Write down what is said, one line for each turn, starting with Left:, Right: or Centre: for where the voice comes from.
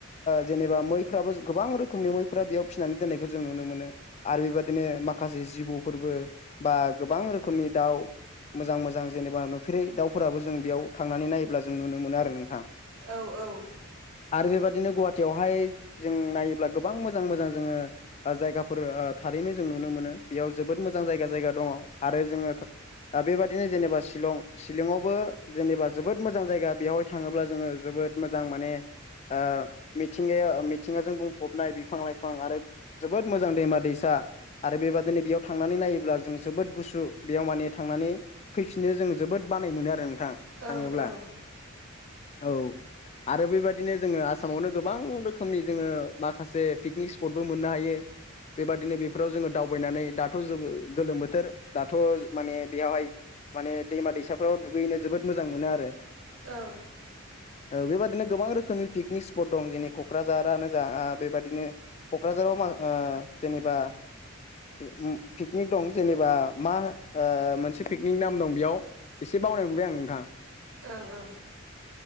Left: जेनेबा मैफ्राबो गोबां रोखोमनि मैफ्रा बेयाव फिनानै दोननायखौ जों नुनो मोनो आरो बेबायदिनो माख माखासे जिबौफोरबो बा गोबां रोखोमनि दाउ मोजां मोजां जेनेबा नुफेरै दाउफोराबो जों बेयाव थांनानै नायोब्ला जों नुनो मोनो आरो नोंथां
Right: औ औ
Left: आरो बेबादिनो गुवाहाटियावहाय जों नायोब्ला गोबां मोजां मोजां जोङो जायगाफोर थारैनो जों नुनो मोनो बेयाव जोबोद मोजां जायगा जायगा दङ आरो जोङो दा बेबादिनो जेनेबा शिलं शिलंआवबो जेनेबा जोबोद मोजां जायगा बेवहाय थाङोब्ला जोङो जोबोद मोजां माने ओ मिथिंगाया मिथिंगाजों बुंफबनाय बिफां लाइ- फां आरो जोबोद मोजां दैमा दैसा आरो बेबादिनो बेयाव थांनानै नायोब्ला जों जोबोद गुसु बेयाव माने थांनानै फैफिननो जों जोबोद बानाय मोनो आरो नोंथां
Right: औ
Left: थाङोब्ला औ आरो बेबादिनो जोङो आसामावनो गोबां रोखोमनि जोङो माखासे पिकनिक स्पटबो मोननो हायो बेबादिनो बेफोराव जोङो दावबायनानै दाथ' जों गोलोम बोथोर दाथ' माने बेयावहाय माने दैमा दैसाफ्राव दुगैनो जोबोद मोजां मोनो आरो
Right: औ
Left: औ बेबादिनो गोबां रोखोमनि पिकनिक स्पट दं जेरै क'क्राझारानो जा बेबादिनो क'क्राझाराव मा ओ जेनेबा पिकनिक दं जेनेबा मा ओ मोनसे पिकनिक नाम दं बेयाव एसे बावनाय मोनबाय आं नोंथाङा
Right: ओं ओं